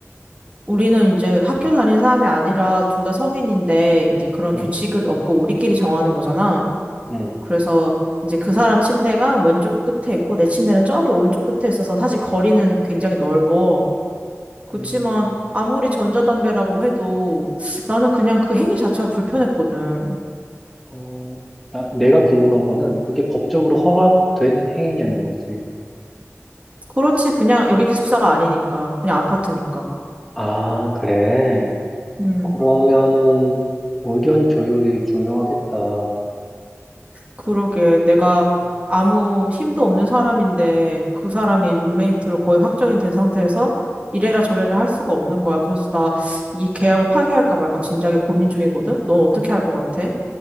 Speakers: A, on the right (about 25°); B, in the centre.
A: 우리는 이제 학교 다니는 사람이 아니라 둘 다 성인인데 이제 그런
B: 응,
A: 규칙은 없고 우리끼리 정하는 거잖아.
B: 응,
A: 그래서 이제 그 사람 침대가 왼쪽 끝에 있고 내 침대는 저기 오른쪽 끝에 있어서 사실 거리는 굉장히 넓어. 그렇지만
B: 음,
A: 아무리 전자담배라고 해도 나는 그냥 그 행위 자체가 불편했거든.
B: 어, 나, 내가 궁금한 거는 그게 법적으로 허락된 행위냐는 거지.
A: 그렇지 그냥 여기 기숙사가 아니니까 그냥 아파트니까.
B: 아, 그래.
A: 음.
B: 그러면은 의견 조율이 중요하겠다.
A: 그러게 내가
B: 음,
A: 아무 힘도 없는 사람인데 그 사람이 룸메이트로 거의 확정이 된 상태에서 이래라 저래라 할 수가 없는 거야. 그래서 나 이 계약을 파기할까 말까 진작에 고민 중이거든. 넌 어떻게 할 것 같아?